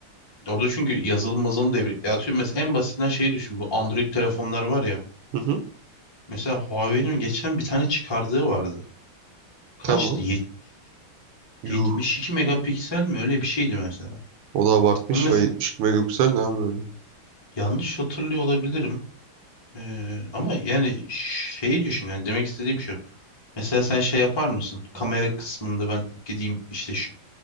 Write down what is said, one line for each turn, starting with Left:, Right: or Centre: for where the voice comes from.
Left: Orada çünkü yazılım mazılım devri. Ya atıyorum mesela en basitinden şeyi düşün. Bu Android telefonlar var ya.
Right: Hı hı.
Left: Mesela Huawei'nin geçen bir tane çıkardığı vardı. Kaçtı?
Right: Tamam. Yuh.
Left: 72 iki megapiksel mi? Öyle bir şeydi mesela.
Right: O da abartmış
Left: Ama
Right: ya.
Left: mes-
Right: 72 megapiksel ne abi öyle.
Left: yanlış hatırlıyor olabilirim. Ee, ama yani şeyi düşün. Yani demek istediğim şu. Mesela sen şey yapar mısın? Kamera kısmında ben gideyim işte şu